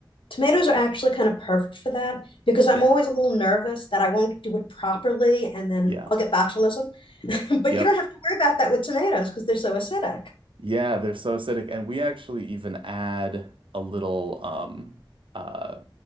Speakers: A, on the left (about 85°); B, on the right (about 80°).
A: Tomatoes are actually kind of perfect for that because I'm
B: Yeah.
A: always a little nervous that I won't do it properly and then
B: Yeah.
A: I'll get botulism. <laughs> But
B: Yep.
A: you don't have to worry about that with tomatoes because they're so acidic.
B: Yeah, they're so acidic, and we actually even add a little um uh